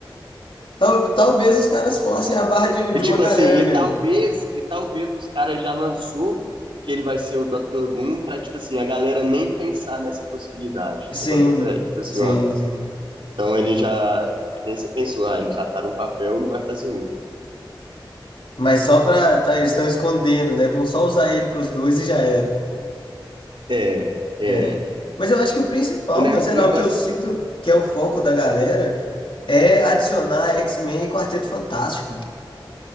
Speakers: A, on the left; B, on the right.
A: tal- talvez os caras forcem a barra de,
B: E
A: de
B: tipo
A: uma galera
B: assim, e
A: mesmo.
B: talvez, e talvez os caras já lançou que ele vai ser o Dr. Doom pra, tipo assim, a galera nem pensar nessa possibilidade.
A: Sim,
B: Você bota fé? Tipo assim,
A: sim,
B: ó.
A: sim.
B: Então ele já, nem você pensou, ah, ele já tá num papel, não vai fazer outro.
A: Mas só pra. Tá, eles estão escondendo, né? Vão só usar ele pros dois e já era.
B: É, é.
A: É. Mas eu acho que o principal,
B: O ne-
A: mas sei
B: o
A: lá,
B: negócio,
A: o que eu sinto que é o foco da galera é adicionar X-Men e Quarteto Fantástico. mano.